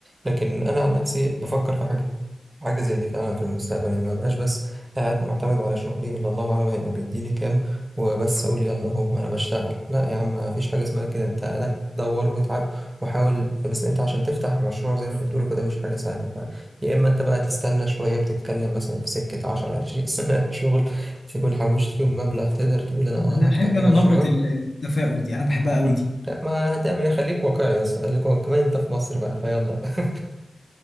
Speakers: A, on the right; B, on the left.
A: لكن انا عن نفسي بفكر في حاجه حاجه زي دي فعلا في المستقبل اني ما بقاش بس قاعد معتمد على شغلي الا الله اعلم هيبقى بيديني كام وبس اقول يلا اهو ما انا بشتغل لا يا عم ما فيش حاجه اسمها كده انت لا دور واتعب وحاول بس انت عشان تفتح مشروع زي ما انت بتقول كده مش حاجه سهله ف... يا اما انت بقى تستنى شويه بتتكلم مثلا في سكه 10 20 سنه <laughs> شغل تكون حوشت فيهم مبلغ تقدر تقول انا اه
B: انا
A: هفتح
B: احب
A: بيه
B: انا
A: مشروع
B: نبرة ال- التفاؤل دي انا بحبها
A: مم.
B: قوي دي
A: لا ما هتعمل إيه؟ خليك واقعي يا اسطى خليك واقعي كمان انت في مصر بقى فيلا بقى <laughs>